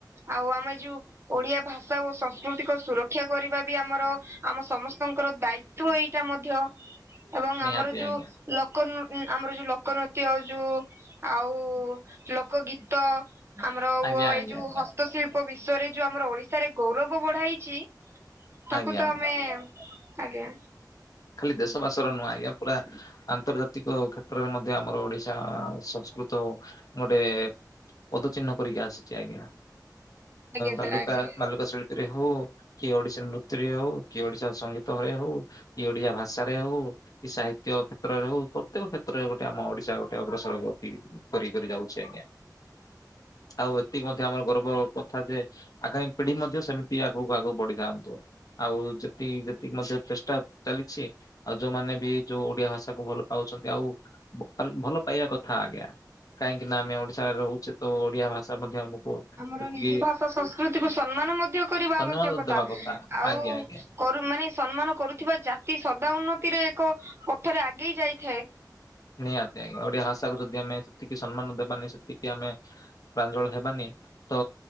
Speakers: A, on the right (about 35°); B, on the left (about 55°).
A: ଆଉ ଆମେ ଯୋଉ ଓଡିଆ ଭାଷା ଭଷା ଓ ସଂସ୍କୃତିକ ସୁରକ୍ଷା କରିବା ବି ଆମର ଆମ ସମସ୍ତଙ୍କର ଦାୟିତ୍ୱ ଏଇଟା ମଧ୍ୟ ଏବଂ
B: ନିହାତି
A: ଆମର ଯୋଉ
B: ଆଜ୍ଞା
A: ଲୋକ ନୃ ଆମର ଯୋଉ ଲୋକ ନୃତ୍ୟ ଆଉ ଯୋଉ ଆଉ ଲୋକ ଗୀତ ତ ଆମର
B: ଆଜ୍ଞା
A: ଓ ଏଇ
B: ଆଜ୍ଞା
A: ଯୋଉ
B: ଆଜ୍ଞା
A: ହସ୍ତଶିଳ୍ପ ବିଶ୍ଵରେ ଯୋଉ ଆମର ଓଡିଶାରେ ଗୌରବ ବଢାଇଛି ତାକୁ
B: ଆଜ୍ଞା
A: ତ
B: ଆଜ୍ଞା
A: ଆମେ ଆଜ୍ଞା।
B: ଖାଲି ଦେଶବାସ ର ନୁହଁ ଆଜ୍ଞା ପୁରା ଆନ୍ତର୍ଜାତିକ କ୍ଷେତ୍ରରେ ମଧ୍ୟ ଆମର ଓଡିଶା ସଂସ୍କୃତ ଗୋଟେ ପଦଚିହ୍ନ ପରିକା ଆସିଛି ଆଜ୍ଞା
A: ଆଜ୍ଞା
B: ବାଲୁକା
A: ସାର୍ ଆଜ୍ଞା
B: ବାଲୁକା ଶିଳ୍ପୀ ରେ ହଉ କିଏ ଓଡିଶା ନୃତ୍ୟରେ ହଉ କିଏ ଓଡିଶା ସଙ୍ଗୀତରେ ହଉ କି ଓଡିଆ ଭାଷାରେ ହଉ କି ସାହିତ୍ୟ କ୍ଷେତ୍ରରେ ହଉ ପ୍ରତ୍ୟେକ କ୍ଷେତ୍ରରେ ଗୋଟେ ଆମ ଓଡିଶା ଗୋଟେ ଅଗ୍ରସର ଗତି କରି କରି ଯାଉଛି ଆଜ୍ଞା ଆଉ ଏତିକି ମଧ୍ୟ ଆମର ଗର୍ବ କଥା ଯେ ଆଗାମ ପିଢି ମଧ୍ୟ ସେମିତି ଆଗକୁ ଆଗକୁ ବଢିଥାନ୍ତୁ ଆଉ ଯେତିକି ଯେତିକି ମଧ୍ୟ ଚେଷ୍ଟା ଚାଲିଛି ଆଉ ଯୋଉମାନେ ବି ଯୋଉ ଓଡିଆ ଭାଷା କୁ ଭଲ ପାଉଛନ୍ତି ଆଉ ଭଲ ପାଇବା କଥା।। ହଁ ଆଜ୍ଞା କାହିଁକି ନା ଆମେ ରହୁଛେ ତ ଓଡିଆ ଭାଷା ମଧ୍ୟ ଆମକୁ
A: ଆମର
B: ସେତିକି
A: ନିଜ ଭାଷା ସଂସ୍କୃତିକୁୁ ସମ୍ମାନ ମଧ୍ୟ କରିବା
B: ସମ୍ମାନ
A: ଆବଶ୍ୟକତା
B: ଦେବା କଥା
A: ଆଉ
B: ଆଜ୍ଞା ଆଜ୍ଞା।
A: କର ମାନେ ସମ୍ମାନ କରୁଥିବା ଜାତି ସଦା ଉନ୍ନତିରେ ଏକ ପଥରେ ଆଗେଇ ଯାଇଥାଏ।
B: ନିହାତି ଆଜ୍ଞା ଓଡିଆ ଭାଷା କୁ ଯଦି ଆମେ ସେତିକି ସମ୍ମାନ ଦେବାନି ସେତିକି ଆମେ ପ୍ରାଞ୍ଜଳ ହେବାନି ତ